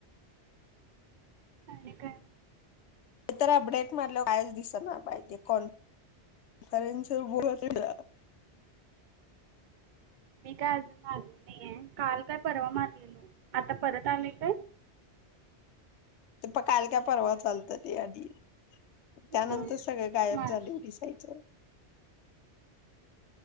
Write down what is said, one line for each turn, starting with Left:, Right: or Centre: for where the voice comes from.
Right: आणि काय?
Left: एक तर, अपडेट मारल्यावर कायच दिसंना बाई, ते कॉन्फरन्स वर <unintelligible>
Right: मी काय, अजून मारलेली नाहीये, काल का परवा मारलेलो आता परत आलंय काय?
Left: प काल का परवाच, आलतं ते आधी. त्यानंतर
Right: हा,
Left: सगळं,
Right: तेच
Left: गायब
Right: मारलं
Left: झालंय दिसायचं.